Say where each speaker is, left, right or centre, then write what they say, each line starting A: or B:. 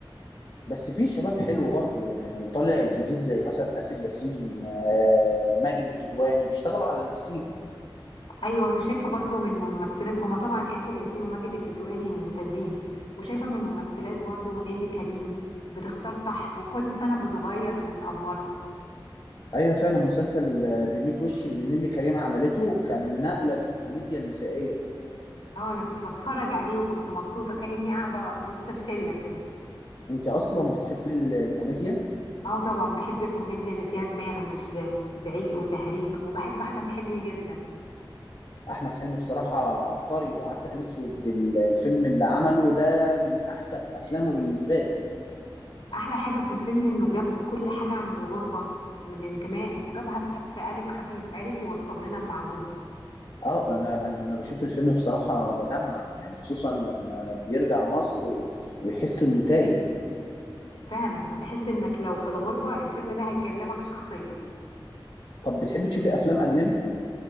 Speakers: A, on the left; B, on the left.
A: بس في شباب حلو برضو يعني وطالع جديد زي مثلا آسر ياسين آه، ماجد الكدواني بيشتغلوا على نفسيهم
B: ايوه وانا شايفه برضو من الممثلات هما طبعا اسر ياسين وماجد الكدواني ممتازين وشايفه من الممثلات برضو ونيلي كريم بتختار صح وكل سنه بتغير من ادوارها
A: ايوه فعلا مسلسل آه، بميت وش اللي نيللي كريم عملته كان نقلة في الكوميديا النسائية
B: اه انا كنت بتفرج عليه وكنت مبسوطه كاني قاعده وسط الشله كده
A: انت اصلا بتحب ال- الكوميديا
B: اه طبعا بحب الكوميديا اللي فيها دماغ مش زعيق وتهريج وبحب احمد حلمي جدا
A: احمد حلمي بصراحة عبقري وعسل اسود ال- الفيلم اللي عمله ده من احسن افلامه بالنسبة لي
B: احلى حاجه في الفيلم انه جاب كل حاجه عن الغربه والانتماء وجابها في في قالب خفيف عرف يوصل لنا المعلومه
A: اه انا انا لما بشوف الفيلم بصراحه بدمع يعني خصوصا لما بيرجع مصر و- ويحس انه تايه
B: فعلا تحس انك لو في الغربة الفيلم ده هيكلمك شخصيا
A: طب بتحبي تشوفي افلام اجنبي